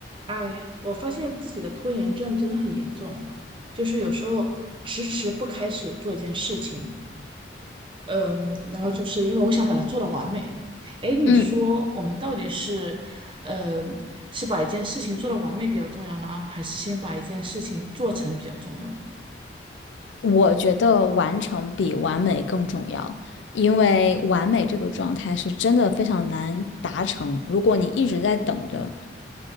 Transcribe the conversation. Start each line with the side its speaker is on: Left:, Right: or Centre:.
Right: 哎，我发现自己的拖延症真的很严重哦，就是有时候迟迟不开始做一件事情，嗯，然后就是因为我想把它做的完美。哎，你说我们到底是，
Left: 嗯，
Right: 呃，是把一件事情做的完美比较重要呢，还是先把一件事情做成比较重要呢？
Left: 我觉得完成比完美更重要，因为完美这个状态是真的非常难达成。如果你一直在等着